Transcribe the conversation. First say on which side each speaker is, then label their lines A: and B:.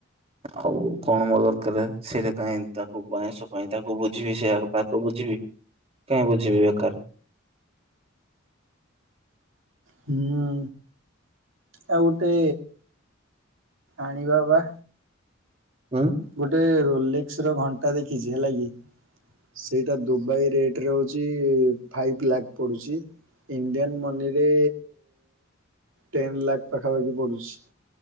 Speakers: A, on the right; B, on the right.
A: ଆଉ କଣ ମୋ ଦରକାର, ସେଟା କାଇଁ ତାକୁ ବାଇଁଶ ପାଇଁ ତାକୁ ବୁଝିବି, ସେ <unintelligible> ତାକୁ ବୁଝିବି। କାଇଁ ବୁଝିବି ବେକାର।
B: ହୁଁ, ଆଉ ଗୋଟେ ଆଣିବା ବା।
A: ହଁ।
B: ଗୋଟେ ରୋଲେକ୍ସ ର ଘଣ୍ଟା ଦେଖିଛି ହେଲା କି, ସେଇଟା ଦୁବାଇ ରେ ଟ୍ ରେ ହଉଛି ଫାଇଭ୍ ଲାକ୍ ପଡ଼ୁଛି। ଇଣ୍ଡିଆନ୍ ମନିରେ ଟେନ୍ ଲାକ୍ ପାଖାପାଖି ପଡୁଛି।